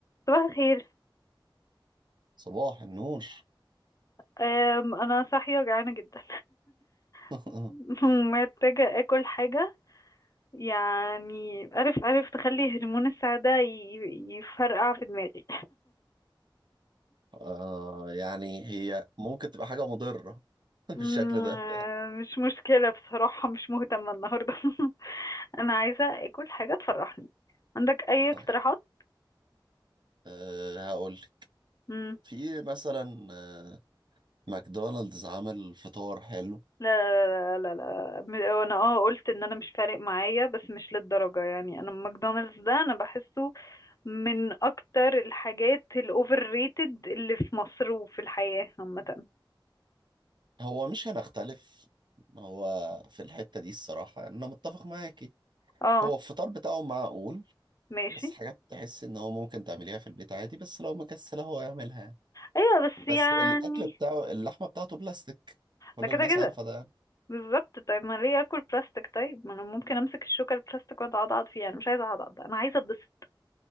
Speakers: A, on the left; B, on the right.
A: صباح الخير
B: صباح النور
A: أم، انا صاحيه جعانه جدا
B: <laughs>
A: <laughs> ومحتاجه اكل حاجه يعني عارف عارف تخلي هرمون السعاده ي- يفرقع في دماغي
B: آه يعني هي ممكن تبقى حاجة مضرة
A: <laughs>
B: <laughs> بالشكل
A: أم،
B: ده
A: مش مشكله بصراحه مش مهتمه النهارده <laughs> انا عايزه اكل حاجه تفرحني عندك اي اقتراحات
B: طيب آه هقول لك
A: مم.
B: في مثلا آه ماكدونالدز عامل فطار حلو
A: لا لا لا لا لا م- وانا اه قلت ان انا مش فارق معايا بس مش للدرجه يعني انا ماكدونالدز ده انا بحسه من اكتر الحاجات الاوفر ريتد اللي في مصر وفي الحياة عامة
B: هو مش هنختلف هو في الحتة دي الصراحة يعني أنا متفق معاكي
A: اه
B: هو الفطار بتاعه معقول
A: ماشي
B: بس حاجات تحس إن هو ممكن تعمليها في البيت عادي بس لو مكسلة هو يعملها يعني.
A: ايوه بس يعني
B: بس الأكل بتاعه اللحمة بتاعته بلاستيك كل
A: ده كده
B: الناس
A: كده
B: عارفة ده يعني.
A: بالظبط طيب ما ليه اكل بلاستيك طيب ما انا ممكن امسك الشوكة البلاستيك واقعد اعضعض فيها انا مش عايزة اعضعض انا عايزة اتبسط